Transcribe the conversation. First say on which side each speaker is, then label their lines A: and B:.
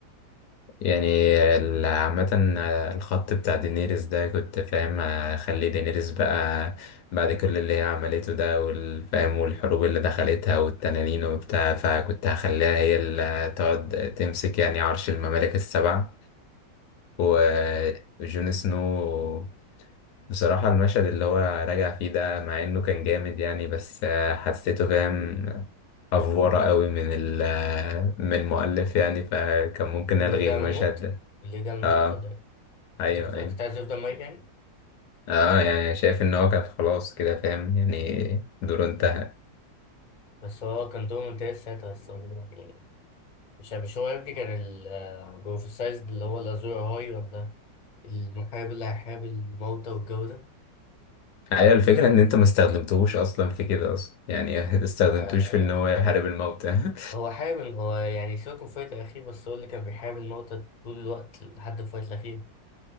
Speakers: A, on the left; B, on the left.
A: يعني ال- عامة الخط بتاع دينيريس ده كنت فاهم اخلي دينيريس بقى بعد كل اللي هي عملته ده والفاهم والحروب اللي دخلتها والتنانين وبتاع فكنت هخليها هي اللي تقعد تمسك يعني عرش الممالك السبع
B: مم.
A: و- وجون سنو بصراحة المشهد اللي هو راجع فيه ده مع انه كان جامد يعني بس حسيته فاهم افورة قوي من ال- من المؤلف يعني فكان ممكن
B: اللي
A: الغي
B: يرجع
A: المشهد
B: من الموت
A: ده
B: اللي يرجع من الموت
A: اه
B: ولا ايه
A: ايوه
B: انت كنت
A: ايوه
B: كنت عايز يفضل ميت يعني
A: اه يعني شايف ان هو كان خلاص كده فاهم يعني دوره انتهى
B: بس هو كان دوره ممتاز ساعتها اصلا يعني مش مش هو ابني كان البروفيسايز اللي هو الازور هاي ولا المحارب اللي هيحارب الموتى والجو ده
A: ايوه الفكره ان انت ما استخدمتهوش اصلا في كده اصلا يعني <laughs> ما استخدمتوش
B: آه،
A: في ان هو يحارب الموتى
B: هو حارب هو يعني سيبك من الفايت الاخير بس هو اللي كان بيحارب الموتى طول الوقت لحد الفايت الاخير